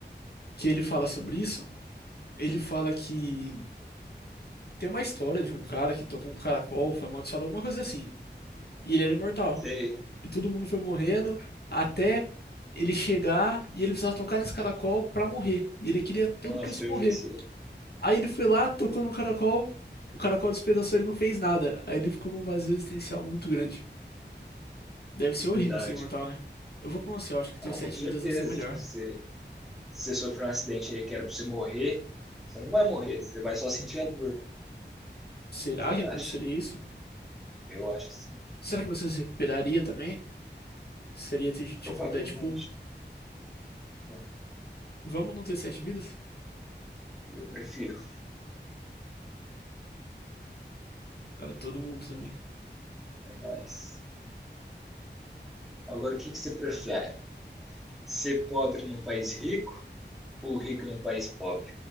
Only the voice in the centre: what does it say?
Sei.
Nossa,
eu
vi isso.
Verdade.
Não,
com certeza.
Tipo, você você sofreu um acidente aí que era pra você morrer, você não vai morrer, você vai só sentir a dor.
Você
acha?
Eu acho que sim.
Provavelmente.
É,
eu prefiro.
É nóis. Agora, o que, que você prefere? Ser pobre num país rico ou rico num país pobre?